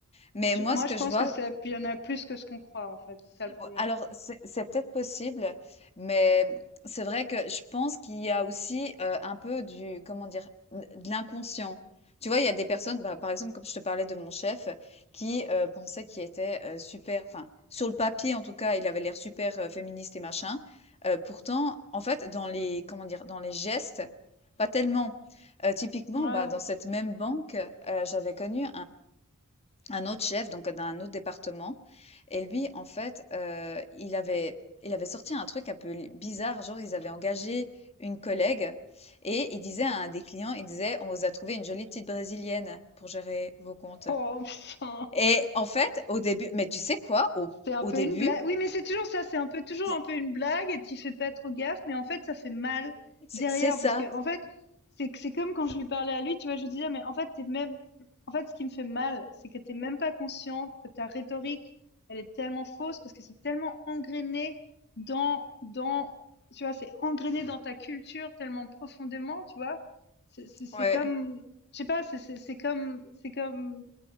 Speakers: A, on the left; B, on the left.
A: Mais
B: Tu-
A: moi,
B: Moi,
A: ce que
B: je
A: je
B: pense
A: vois,
B: que ça, il y en a plus que ce qu'on croit, en fait. C'est ça le problème.
A: Ouais, Alors, c'est c'est peut-être possible, mais c'est vrai que je pense qu'il y a aussi euh, un peu du, comment dire, n- de l'inconscient. Tu vois, il y a des personnes, bah, par exemple, comme je te parlais de mon chef, qui euh, pensait qu'il était euh, super, enfin, sur le papier en tout cas, il avait l'air super euh, féministe et machin. Euh, pourtant, en fait, dans les, comment dire, dans les gestes, pas tellement. Euh, typiquement,
B: Ouais.
A: bah, dans cette même banque, euh, j'avais connu un autre chef, donc d'un autre département. Et lui, en fait, heu, il avait il avait sorti un truc un peu l bizarre, genre ils avaient engagé une collègue et il disait à un des clients, il disait: «On vous a trouvé une jolie petite brésilienne pour gérer vos comptes»
B: Oh, <laughs> putain,
A: et
B: ouais.
A: en fait, au début mais tu sais quoi? Au
B: C'est un
A: au
B: peu
A: début,
B: une blague. Oui, mais c'est toujours ça. C'est un peu toujours
A: c'est
B: un peu une blague et tu fais pas trop gaffe, mais en fait, ça fait mal
A: c'est
B: derrière
A: c'est ça.
B: parce que en fait, c'est que- c'est comme quand je lui parlais à lui, tu vois, je lui disais mais en fait, t'es même en fait, ce qui me fait mal, c'est que t'es même pas consciente que ta rhétorique, elle est tellement fausse parce que c'est tellement engrainé dans dans tu vois, c'est engrainé dans ta culture tellement profondément, tu vois. C'est c'est- c'est
A: Ouais,
B: comme je sais pas, c'est c'est- c'est comme c'est comme